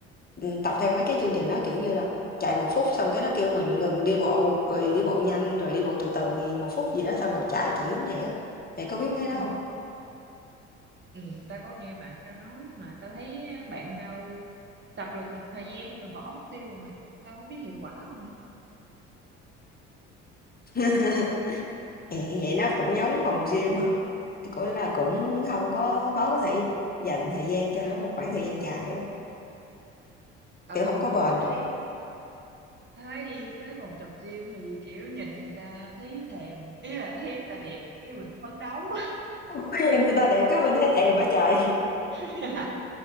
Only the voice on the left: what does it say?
ừ, tập theo mấy cái chương trình đó kiểu như là chạy một phút xong cái nó kêu mình ngừng đi bộ rồi đi bộ nhanh rồi đi bộ từ từ gì một phút gì đó xong lại chạy kiểu giống vậy á mày có biết mấy đó
không
Ồ. Ừ, Vậy nó cũng giống phòng gym hả? Cũng là cũng không có khó có thể dành thời gian cho nó một khoảng thời gian dài á.
Kiểu không có bền
được.
Ôi, nhìn người ta đẹp cái mình thấy thèm quá trời.